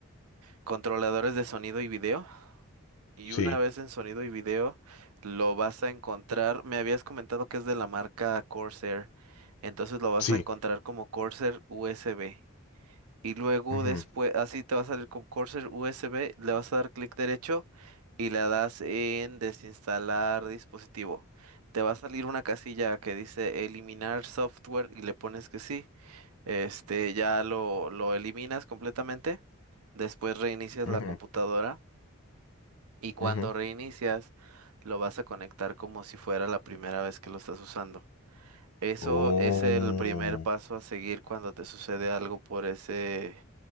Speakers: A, on the right; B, on the left.
A: controladores de sonido y video. Y una
B: Sí,
A: vez en sonido y video, lo vas a encontrar. Me habías comentado que es de la marca Corsair. Entonces lo vas
B: sí.
A: a encontrar como Corsair USB. Y luego
B: Ujú,
A: después, así te va a salir con Corsair USB, le vas a dar clic derecho y le das en desinstalar dispositivo. Te va a salir una casilla que dice eliminar software y le pones que sí. Este, ya lo, lo eliminas completamente. Después reinicias
B: ujú,
A: la computadora y cuando
B: ujú.
A: reinicias lo vas a conectar como si fuera la primera vez que lo estás usando. Eso
B: Oh,
A: es el primer paso a seguir cuando te sucede algo por ese